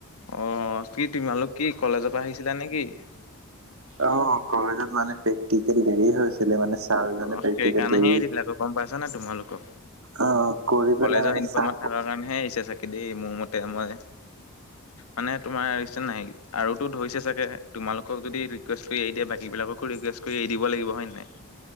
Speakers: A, on the left (about 80°); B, on the right (about 65°).
A: অ কি তোমালোকে কি কলেজৰ পৰা আহিছিলা নেকি
B: অ কলেজত মানে প্ৰেক্টিকেল দেৰি হৈছিলে মানে ছাৰজনে
A: অ
B: প্ৰেক্টিকেল
A: সেইকাৰণেহে
B: দেৰি
A: এৰি দিলে আকৌ গম পাইছানে তোমালোকক
B: অ', কৰি পেলাই
A: কলেজৰ
B: মানে
A: ইউনিফৰ্মত
B: চাহ
A: থকাৰ কাৰণেহে এৰিছে চাকে দেই মোৰ মেত মই মানে তোমাৰ ইচেএন নাই আৰুতো ধৰিছে চাগে তোমালোকক যদি ৰিকুৱেষ্ট কৰি দিয়ে বাকী বিলাককো ৰিকুৱেষ্ট কৰি এৰি দিব লাগিব হয় নে নাই